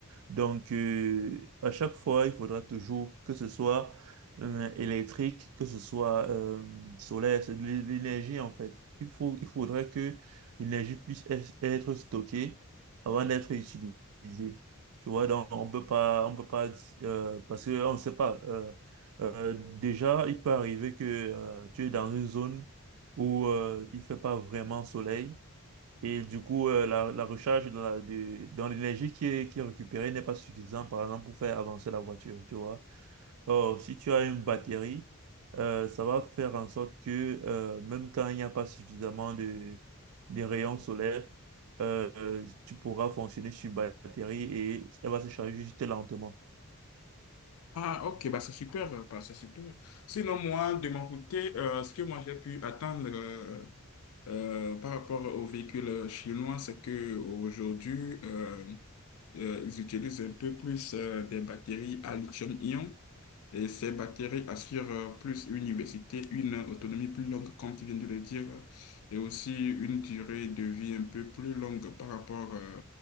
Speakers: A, on the right (about 80°); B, on the left (about 80°).
A: Donc, euh, à chaque fois, il faudra toujours que ce soit euh, électrique, que ce soit euh, solaire, c'est de l'é- l'énergie en fait. Il faut, il faudra que l'énergie puisse es- être stockée avant d'être utilisée. Tu vois, donc on peut pas, on peut pas, euh, parce qu'on ne sait pas. euh, euh, déjà, il peut arriver que euh, tu es dans une zone où euh, il fait pas vraiment soleil. Et du coup, euh, la, la recharge dans la- de- dans l'énergie qui est, qui est récupérée n'est pas suffisante, par exemple, pour faire avancer la voiture, tu vois. Or, si tu as une batterie, euh, ça va faire en sorte que euh, même quand il n'y a pas suffisamment de, de rayons solaires, euh, euh, tu pourras fonctionner sur batterie et elle va se charger juste lentement.
B: Ah, ok, bah c'est super, euh, bah, c'est super. Sinon, moi, de mon côté, euh, ce que moi j'ai pu attendre euh, euh, par rapport aux véhicules euh, chinois, c'est que aujourd'hui, euh, euh, ils utilisent un peu plus euh, des batteries à lithium-ion Et ces bactéries assurent euh, plus une diversité, une autonomie plus longue, comme tu viens de le dire, euh, et aussi une durée de vie un peu plus longue par rapport euh,